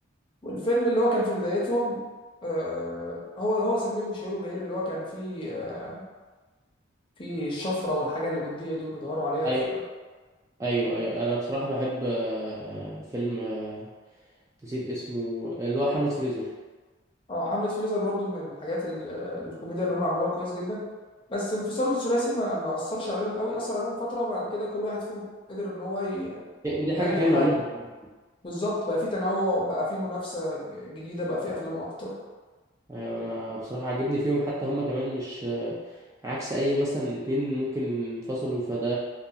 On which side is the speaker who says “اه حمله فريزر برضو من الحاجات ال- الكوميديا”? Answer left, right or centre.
Left